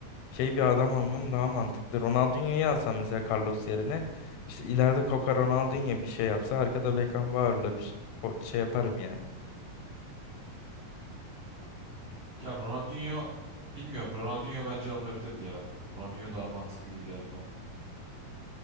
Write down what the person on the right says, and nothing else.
Ya Ronaldinho bilmiyorum. Ronaldinho bence alınabilirdi ya. Ronaldinho daha mantıklı gibi geldi bana.